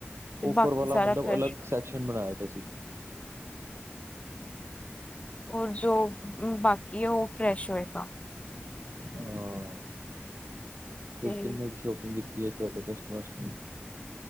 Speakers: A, on the left; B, on the right.
A: ਤੇ
B: ਓਫਰ
A: ਬਾਕੀ
B: ਵਾਲਾ
A: ਸਾਰਾ
B: ਮਤਲਬ
A: ਫਰੈਸ਼
B: ਅਲੱਗ ਸੈਕਸ਼ਨ ਬਣਾਇਆ ਤੁਸੀਂ।
A: ਹੋਰ ਜੋ ਬਾਕੀ ਕੀ ਉਹ ਫਰੈਸ਼ ਹੋਏਗਾ।
B: ਹਾਂ। ਫੇਰ
A: ਤੇ
B: ਕਿੰਨੇ ਦੀ ਸ਼ੋਪਿੰਗ ਕੀਤੀ ਹੈ, ਤੁਹਾਡੇ ਕਸਟਮਰ। ਫਸਟ ਨੇ